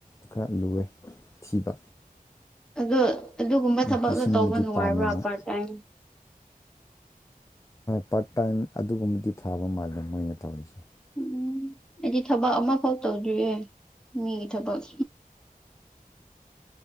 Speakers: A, on the left; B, in the centre.
A: ꯈꯔ ꯂꯨꯑꯦ ꯊꯤꯕ
B: ꯑ ꯑꯗꯨꯒꯨꯝꯕ ꯊꯕꯛꯗꯣ
A: ꯅꯨꯄꯤꯁꯤꯡꯕꯨꯗꯤ
B: ꯇꯧꯕ ꯅꯨꯡꯉꯥꯏꯕ꯭ꯔꯥ
A: ꯄꯥꯝꯃꯦ ꯃꯣꯏ
B: ꯄꯥꯔꯠ ꯇꯥꯏꯝ
A: ꯄꯥꯔꯠ ꯇꯥꯏꯝ ꯑꯗꯨꯒꯨꯝꯕꯗꯤ ꯊꯥꯕ ꯃꯥꯜꯂꯦ ꯃꯣꯏꯅ ꯇꯧꯔꯤꯁꯦ
B: ꯎꯝ ꯑꯩꯗꯤ ꯊꯕꯛ ꯑꯃꯐꯥꯎ ꯇꯧꯗ꯭ꯔꯤꯌꯦ ꯃꯤꯒꯤ ꯊꯕꯛ